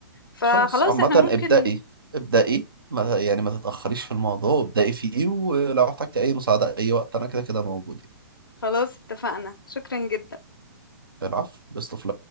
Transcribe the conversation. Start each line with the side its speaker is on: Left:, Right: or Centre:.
Left: فخلاص
Right: خلاص عامه
Left: احنا ممكن
Right: ابدأي ابدأي ما يعني ما تتأخريش في الموضوع ابدأي فيه ولو احتجتي اي مساعدة اي وقت انا كده كده موجود يعني
Left: خلاص اتفقنا شكرا جدا
Right: العفو بيست اوف